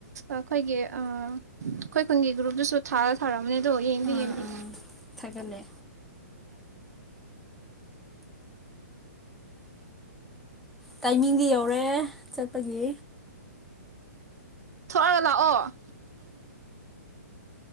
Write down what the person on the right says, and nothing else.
ꯑꯩꯈꯣꯏꯒꯤ ꯑꯩꯈꯣꯏ ꯈꯨꯟꯒꯤ ꯒ꯭ꯔꯨꯞꯇꯁꯨ ꯊꯥ ꯊꯥꯔꯛꯑꯝꯕꯅꯤ ꯗꯣ ꯌꯦꯡꯕꯤ
ꯌꯦꯡꯕꯤ
ꯑꯥ ꯂꯥꯛꯑꯣ